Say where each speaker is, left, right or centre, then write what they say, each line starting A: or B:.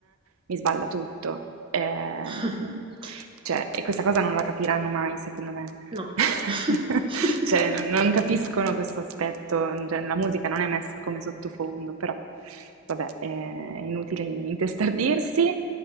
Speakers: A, on the right; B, on the right.
A: mi sballa tutto. Ehm,
B: <laughs>
A: cioè, e questa cosa non la capiranno mai, secondo me.
B: No.
A: <laughs>
B: <laughs>
A: Cioè, non non capiscono questo aspetto, cioè, la musica non è messa come sottofondo, però vabbè, è inutile intestardirsi.